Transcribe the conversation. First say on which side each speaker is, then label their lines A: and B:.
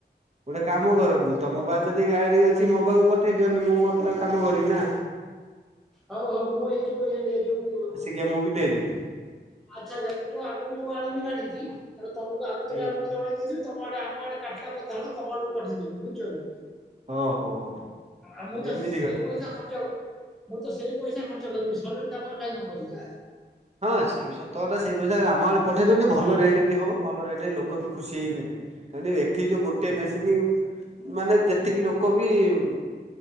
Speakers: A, on the right; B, in the centre.
A: ଗୋଟେ କାମ କରନ୍ତୁ ତୋମ ପାଖ ଯଦି ଗାଡି ଅଛି ମୋ ପାଖକୁ ପଠେଇ ଦିଅନ୍ତି। ମୁଁ ମୋର ଟା କାମ କରିବି ନା।
B: ହଉ ହଉ ମୁଁ ଏଇ ଯୋଉ ଏଇ ଏଇ ଯୋଉ
A: କିଏ ମୁଁ ବି ଦେଇଦେବି।
B: ଆଚ୍ଛା, ଆଚ୍ଛା ମୁଁ ଯୋଉ ଆଗକୁ ଯୋଉ ଆଣିମି ଗାଡିଟି ତାପରେ ତୋମକୁ ଆଗୁ ଥୁରିଆ
A: ଆଜ୍ଞା
B: ମାନେ ଜଣେ ଏଇ ଯୋଉ ତମଆଡ଼େ ଆମ ଆଡ଼େ କାଟିଲା ପଥର ତମଆଡ଼କୁ ପଠେଇଦେଲି ବୁଚକି।
A: ଓହୋ
B: ଆଉ
A: ତାହେଲେ
B: ମୁଁ ତାକୁ
A: ଏମିତି
B: ସେଇ
A: କଥା।
B: ପଇସା ଖର୍ଚ୍ଚ ମୁଁ ତ ସେଇ ପଇସା ଖର୍ଚ୍ଚ କରିବି ସଲିଟ କାମ କାଇଁ ନ କରିବି।
A: ହଁ ସିଏ ବି ସତକଥା ସେଇ ପଇସା ଆମ ଆଡ଼େ ପଠେଇ ଦେନେ ଭଲ ରେଟ୍ ବି ହବ। ଭଲ ରେଟ୍ ଏ ଲୋ କ ବି ଖୁସି ହେଇ ନେବେ। କାଇଁ ନା ଏଠି ଯୋଉ ଗୋଟେ ମେସିନି ମାନେ ଯେତିକି ଲୋ କ ବି ଉଁ,